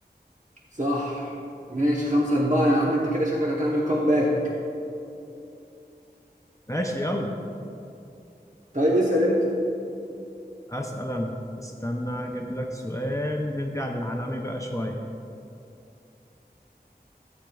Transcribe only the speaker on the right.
صح ماشي خمسة أربعة يا عم أنت كده شكلك هتعمل كومباك
طيب اسأل أنت